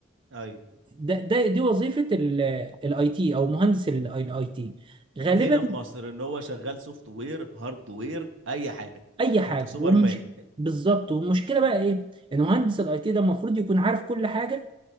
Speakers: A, on the right; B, on the right.
A: ايوه
B: ده ده دي وظيفه الاي تي او مهندس الاي تي غالبا
A: في هنا في مصر ان هو شغال سوفت وير هارد وير اي حاجه
B: اي حاجه
A: انت سوبر
B: ومش
A: مان
B: بالظبط والمشكله بقى ايه ان مهندس الاي تي ده المفروض يكون عارف كل حاجه